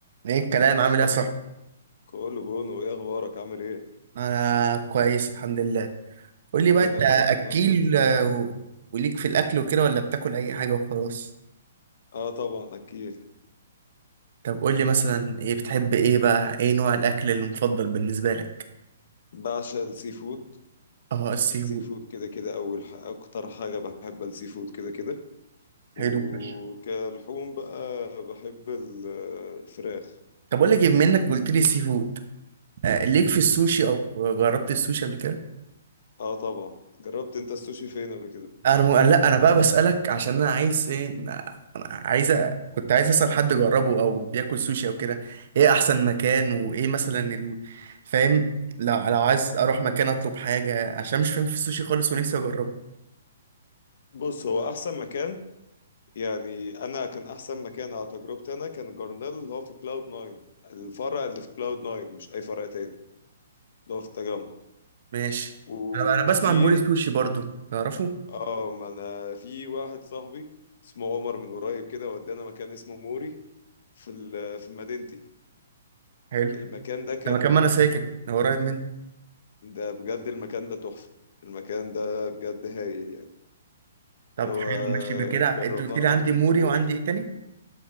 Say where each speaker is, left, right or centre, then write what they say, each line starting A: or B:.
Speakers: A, on the right (about 60°); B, on the left (about 60°).
A: ايه الكلام عامل
B: صاحبي
A: ايه يا صاحبي
B: كله بونو ايه اخبارك عامل ايه
A: انا كويس الحمد لله قول لي بقى
B: ايه
A: انت
B: الاخبار
A: اكيل
B: النهارده
A: آه، و- وليك في الاكل وكده ولا بتاكل اي حاجه وخلاص
B: اه طبعا اكيد
A: طب قول لي مثلا ايه بتحب ايه بقى ايه نوع الاكل المفضل بالنسبه لك
B: بعشق السي فود
A: اه السي
B: السي
A: فود
B: فود كده كده اول ح... اكتر حاجه بحب السي فود كده كده وكلحوم
A: حلو فشخ
B: بقى بحب ال- الفراخ
A: طب اقول لك إيه، بما انك قلت لي سي فود آه ليك في السوشي او جربت السوشي قبل كده
B: اه طبعا جربت انت السوشي فين قبل كده
A: انا م... لا انا بقى بسألك عشان انا عايز ايه انا أنا عايز أ- كنت عايز اسأل حد جربه او بياكل سوشي او كده ايه احسن مكان وايه مثلا ال... فاهم لو لو عايز اروح مكان اطلب حاجة عشان مش فاهم في السوشي خالص ونفسي اجربه
B: بص هو احسن مكان يعني انا كان احسن مكان على تجربتي انا كان جارنيل اللي هو في كلاود 9 الفرع اللي في كلاود 9 مش اي فرع تاني اللي هو في التجمع
A: ماشي
B: وفي
A: انا بقى انا بسمع عن موري سوشي برضو تعرفه
B: اه ما انا في واحد صاحبي اسمه عمر من قريب كده ودانا مكان اسمه موري في ال- في مدينتي
A: حلو
B: المكان ده كان
A: ده مكان ما انا ساكن هو قريب مني
B: ده بجد المكان ده تحفة المكان ده بجد هايل يعني
A: طب
B: هو
A: حلو ماشي بكده انت
B: جربناه
A: قلت لي
B: انا
A: عندي
B: كنت
A: موري
B: موري
A: وعندي ايه تاني